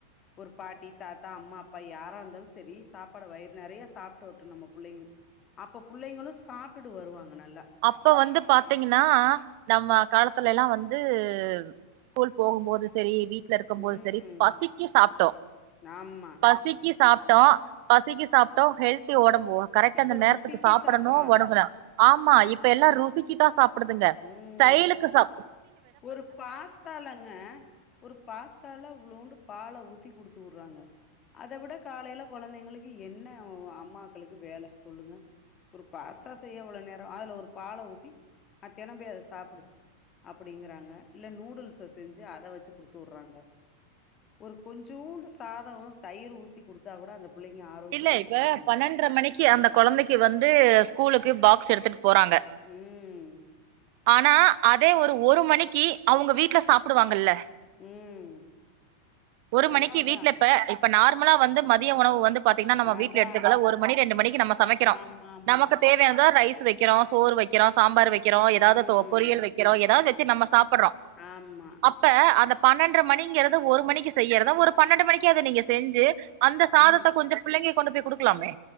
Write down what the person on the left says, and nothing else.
ஒரு பாட்டி தாத்தா அம்மா அப்பா யாரா இருந்தாலும் சரி சாப்பாடை வயிறு நிறைய சாப்பிட்டு வருட்டும் நம்ம பிள்ளைங்கனு அப்ப பிள்ளைங்களும் சாப்பிட்டுட்டு வருவாங்க நல்லா
ம்
ஆமா
இப்ப
ருசிக்கு
சாப்பறாங்க
ம்
ஒரு பாஸ்தாலங்க ஒரு பாஸ்தால வ்லுண்டு பாலை ஊத்தி கொடுத் துறாங்க அத விட காலையில குழந்தைங்களுக்கு என்ன அம்மாக்களுக்கு வேலை சொல்லுங்க ஒரு பாஸ்தா செய்ய அவ்ளவு நேரம் அதுல ஒரு பாலை ஊத்தி மத்தியானபோய் அத சாப்பிடு அப்படிங்கறாங்க இல்ல நூடுல்ஸை செஞ்சு அத வச்சு குடுத்து விடுறாங்க ஒரு கொஞ்சோண்டு சாதம் தயிர் ஊத்தி குடுத்தா கூட அந்த புள்ளைங்க ஆரோக்கியமா
சாப்டுங்க
ம்
உம்
அத அதா
அதா
ஆமா ஆமா
ம்
ஆமா
ம்